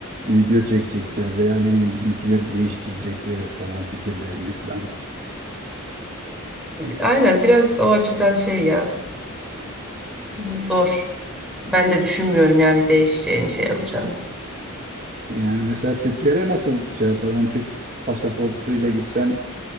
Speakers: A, on the right; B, in the centre.
A: video çekecekler veya ne bileyim bizimkileri değiştirecek ve falan fikirlerini falan.
B: Aynen biraz o açıdan şey ya zor. Ben de düşünmüyorum yani bir değişeceğini şey olacağını.
A: Yani mesela Türklere nasıl şey yapar? Ben Türk pasaportuyla gitsem